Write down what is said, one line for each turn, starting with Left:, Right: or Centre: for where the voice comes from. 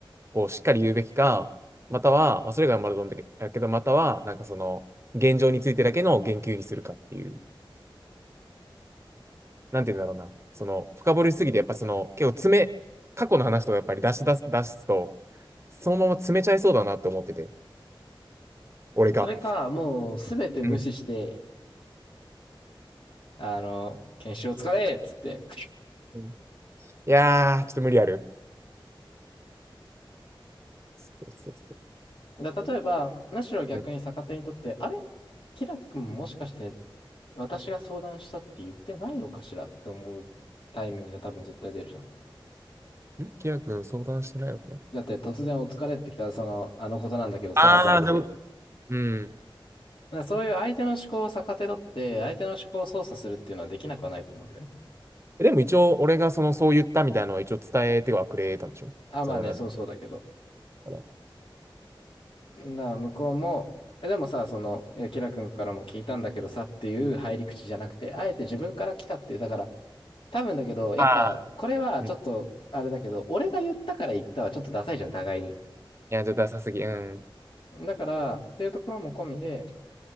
Right: こう、しっかり言うべきか、または、まあ、それがまると思うんだけだけど、または、なんかその、現状についてだけの言及にするかっていう、なんて言うんだろうな、その、深掘りしすぎて、やっぱその、結構詰め、過去の話とかやっぱり出し出す、出すと、そのまま詰めちゃいそうだなって思ってて、俺が。
Left: それか、もうすべて無視して、
Right: うん
Left: あの、研修を疲れっつって。
Right: うんいやー、ちょっと無理ある。そうそうそ
Left: だ例えば、むしろ逆に逆手にとって、
Right: う。
Left: あれキラ君もしかして私が相談したって言ってないのかしらって思うタイミングが多分絶対出るじゃん。
Right: うん。んキラ君相談してないのかな
Left: だって突然お疲れってきたら、その、あのことなんだけどさ、
Right: ああ、
Left: じゃなくて。
Right: そういうこと。
Left: だ
Right: うん。
Left: からそういう相手の思考を逆手取って、相手の思考を操作するっていうのはできなくはないと思うんだよね。
Right: でも一応、俺がその、そう言ったみたいなのを一応伝えてはくれたんでしょその、
Left: あ、まあね、
Right: なんだ
Left: そうそうだけど。
Right: から。
Left: だから向こうも、え、でもさ、その、いや、キラ君からも聞いたんだけどさっていう入り口じゃなくて、あえて自分から来たっていう、だから、多分だけど、やっぱ、
Right: ああ、
Left: これはちょっと、
Right: うんい
Left: あれだけど、俺が言ったから言ったはちょっとダサいじゃん、互いに。
Right: や、ちょっとダサすぎ。うん。
Left: だから、っていうところも込みで、